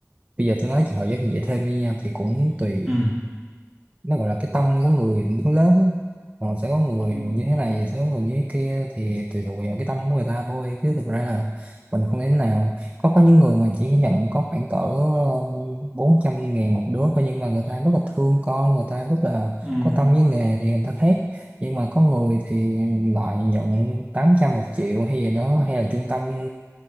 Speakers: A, on the right; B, in the centre.
A: bây giờ tôi nói chuyện học giáo viên dạy thêm với nhau thì cũng tùy
B: ừ
A: nó gọi là cái tâm của người đứng lớp á. Ờ, sẽ có người
B: đúng
A: như
B: rồi.
A: thế này sẽ có người như thế kia thì tùy thuộc vào cái tâm của người ta thôi chứ thực ra là mình không thể nào có có những người mà chỉ nhận có khoảng cỡ ờ, bốn trăm ngàn một đứa thôi nhưng mà người ta rất là thương con người ta rất là
B: ừ
A: có tâm với nghề thì người ta khác nhưng mà có người thì lại nhận tám trăm một triệu hay gì đó hay là trung tâm